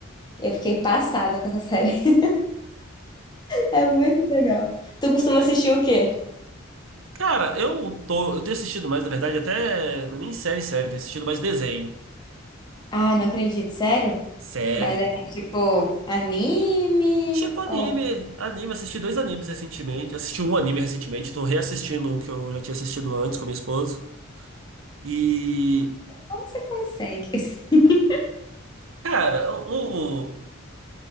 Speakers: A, on the left; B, on the right.
A: Eu fiquei passada com essa série. <laughs> É muito legal. Tu costuma assistir o quê?
B: Cara, eu tô, eu tenho assistido mais, na verdade, até não é nem série, série, tenho assistido mais desenho.
A: Ah, não acredito, sério?
B: Sério.
A: Mas é tipo anime
B: Tipo anime,
A: ou
B: anime, assisti dois animes recentemente, assisti um anime recentemente, tô reassistindo um que eu já tinha assistido antes com a minha esposa. E,
A: como você consegue? <laughs>
B: cara, o, o-